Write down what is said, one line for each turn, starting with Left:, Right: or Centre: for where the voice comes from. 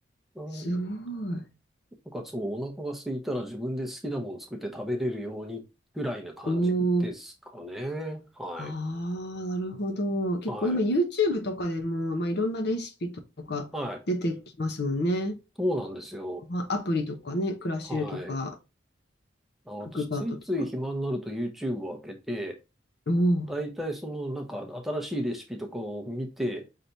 Centre: うん
Left: すごい。
Centre: なんかそう、お腹が空いたら自分で好きなものを作って食べれるようにぐらいな感じですかね。
Left: おお、
Centre: はい。
Left: ああ、なるほど。結構今
Centre: はい。
Left: YouTube とかでも、まあ、いろんなレシピとか出てきますもんね。
Centre: はい。そうなんですよ。
Left: まあ、アプリとかね、クラシルとか、
Centre: はい。あの、
Left: クックパッドとか。
Centre: 私、ついつい暇になると YouTube を開けて、
Left: おお、
Centre: だいたいその、なんか新しいレシピとかを見て、